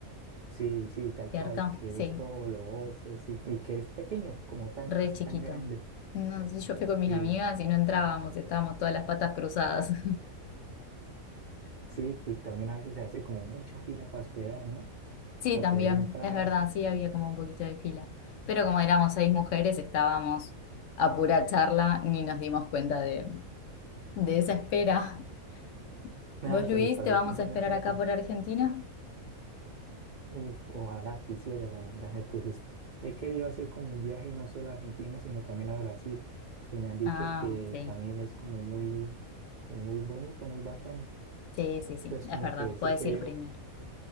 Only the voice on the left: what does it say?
¿cierto?
Sí,
re
chiquito.
No, sí, yo fui con mis
amigas y no entrábamos, estábamos todas las patas cruzadas. <laughs>
Sí,
también,
es verdad, sí había como un poquito de fila. Pero como éramos seis mujeres, estábamos a pura charla, ni nos dimos cuenta de, de esa espera.
<laughs>
¿Vos, Luis,
te vamos
a esperar
acá por Argentina?
Ah,
sí,
sí, sí, sí,
es
verdad,
puedes
ir primero.